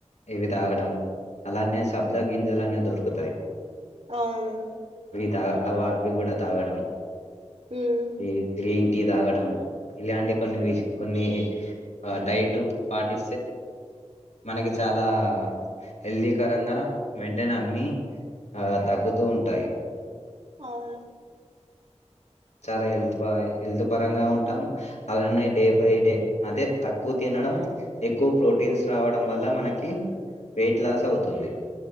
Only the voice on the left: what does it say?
ఇవి తాగడం అలానే సబ్ద గింజలు అనే దొరుకుతాయి
త అవ అవి కూడా తాగడం
ఈ త్రీ టీ తాగడం ఇలాంటి కొన్ని విష్ కొన్ని డైట్ పాటి మనకి చాలా హెల్దీకరంగా వెంటనే అన్ని ఆ తగ్గుతూ ఉంటాయి
చాలా హెల్త్ బా హెల్త్ పరంగా ఉంటాం అలానే డే బై డే అదే తక్కువ తినడం ఎక్కువ ప్రోటీన్స్ రావడం వల్ల మనకి వెయిట్ లాస్ అవుతుంది